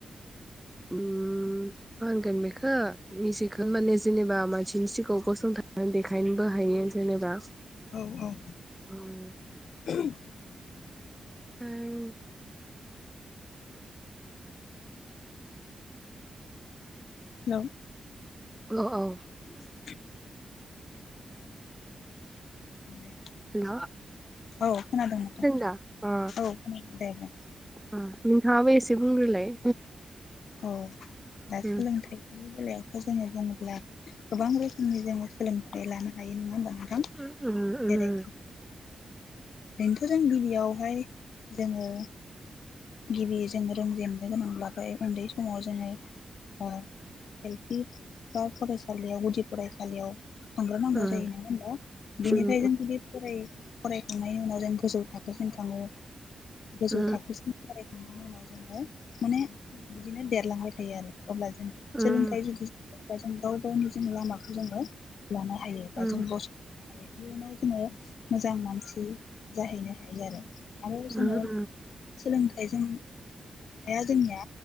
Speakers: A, in the centre; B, on the left.
A: उम मा होनगोन बेखौ निजिखो माने जेनेबा मानसिनि सिगाङाव गसंथानानै देखायनोबो हायो जेनेबा।
B: औ औ।
A: उम।
B: <unintelligible>
A: उम।
B: हेलौ।
A: औ औ।
B: <unintelligible> दे
A: हेल'
B: औ खोनादों नोंथां
A: दा अ
B: औ खोनादों दे दे।
A: अ नोंथाङाबो एसे बुंग्रोलाय
B: औ दा
A: उम
B: सोलोंथाइनि बेलायाव जोङो बुंङोब्ला गोबां रोखोमनि जोङो सोलोंथाइ लानो हायो नङा होमबा।
A: उम उम
B: जेरै ओरैनोथ जों गिबियावहाय जोङो गिबि जों रोंजेननो गोनांब्लाथाय उन्दै समाव जोङो ओ एलपि आव फरायसालियाव गुदि फरायसालियाव थांग्रोनांगौ
A: उम
B: जायो नङा होनबा बेनिफ्राय
A: उम
B: जों जुदि फरायो। फरायखांनायनि उनाव जों गोजौ थाखोसिम थाङो। गोजौ
A: उम
B: थाखोसिम फरायखांनायनि उनाव जोङो माने बिदिनो देरलांबाय थायो आरो। अब्ला जोङो
A: उम
B: सोलोंथाइ जुदिसोलायो बा जों गाव गावनि जों लामाखौ जोङो लानो हायो बा
A: उम
B: जों गसंथानो हायो इयुनाव जों मोजां मानसि जाहैनो हायो आरो। आरो जोङो
A: उम
B: सोलोंथाइजों रोंनाया जोंनिया